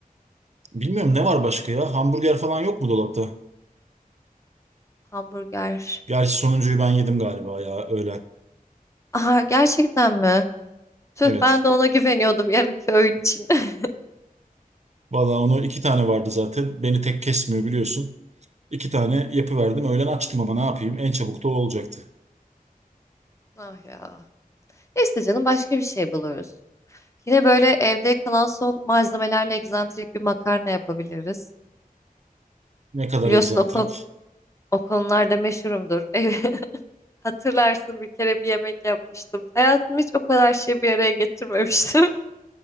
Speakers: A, on the right (about 50°); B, on the left (about 20°).
A: bilmiyorum ne var başka ya? Hamburger falan yok mu dolapta?
B: hamburger.
A: Gerçi sonuncuyu ben yedim galiba ya öğlen.
B: Aha gerçekten mi? Tüh
A: Evet.
B: ben de ona güveniyordum yarınki öğün için. <laughs>
A: Valla onu iki tane vardı zaten. Beni tek kesmiyor biliyorsun. İki tane yapıverdim. Öğlen açtım ama ne yapayım? En çabuk da o olacaktı.
B: Ah ya. Neyse canım başka bir şey buluruz. Yine böyle evde kalan son malzemelerle egzantrik bir makarna yapabiliriz.
A: Ne kadar
B: Biliyorsun
A: egzantrik.
B: o, kon- o konularda meşhurumdur. <laughs> Hatırlarsın bir kere bir yemek yapmıştım. Hayatımda hiç o kadar şey bir araya getirmemiştim.